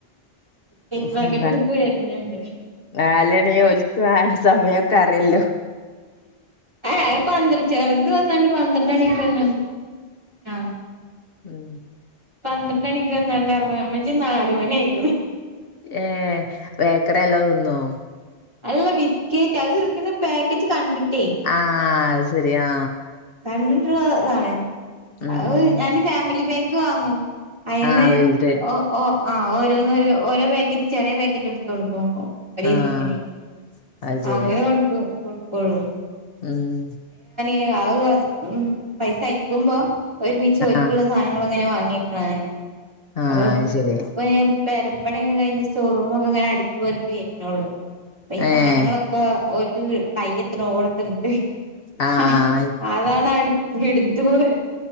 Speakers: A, on the right (about 25°); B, on the left (about 65°).
A: കിറ്റ്
B: ഉം.
A: പാക്കറ്റ് പോയരുന്നുണ്ട്
B: നാലണി ഓൽക്ക് ആ സമയൊക്കെ അറിയല്ലോ
A: ആ ഏ പന്ത്രണ്ട് ചേറ് അന്ത് വന്നാണ്ട് പന്ത്രണ്ട്മണിക്കൊന്ന് ആ
B: ഉം
A: പന്ത്രണ്ട് മണിക്ക് വന്നോണ്ടിറ് അമ്മച്ചി നാല് മണി ആയിക്കണ്
B: ഏ വേക്കറി നല്ലോം തിന്നോ
A: അല്ല ബിസ്ക്കേറ്റ് അത് പിന്നെ പാക്കറ്റ് കണ്ടിട്ട്
B: ആ അത് ശരി ആ
A: കണ്ടിട്ടുള്ള ഇതാണേ
B: ഉം
A: അത്
B: ഉം
A: ഞാനീ ഫാമിലി പാക് ക്ക് വാങ്ങും അയിന്
B: ആഹ് വലുത്
A: ഓ ഓ ആ ഓരോന്ന് ഓരോ ഓരോ പാക്കറ്റ് ചെറിയ പാക്കറ്റ് എടുത്ത് കൊടുക്കും ഒരീസത്തിന്
B: ആഹ് അത് ശരി
A: അങ്ങനെ കൊടുക്കും കൊടു പ്പോള്
B: ഉം
A: <unintelligible> ഉം പൈസ അയക്കുമ്പോ ഒരുമിച്ച് ഓൽക്കുള്ള
B: ആഹ്
A: സാധനങ്ങളങ്ങനെ വാങ്ങി ങ്ങിയേക്കണാണ്
B: ആഹ്
A: അപ്പൊ
B: അത് ശരി
A: ഇപ്പൊ പെരപ്പണിയൊക്കെ കഴിഞ്ഞ് സ്റ്റോറൂമൊക്കെഇങ്ങനടുക്കിപെറുക്കി വരുന്നേള്ളു അപ്പൊ ഈ
B: ഏഹ്
A: സാധനങ്ങളൊക്കെ ഓര്ക്ക് കയ്യത്തിന് ഓടത്തിണ്ട്
B: ആഹ്
A: ഹ അതാണ് അടു വീടിൽ ത് പോര്